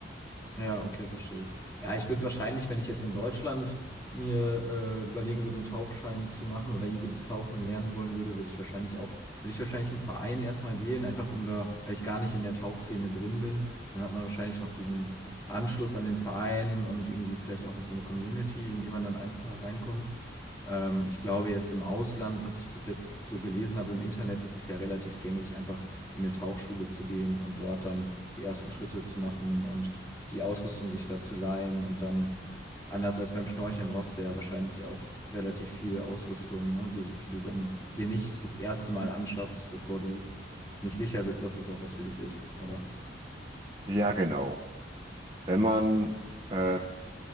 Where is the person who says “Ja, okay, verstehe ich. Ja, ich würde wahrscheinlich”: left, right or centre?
Left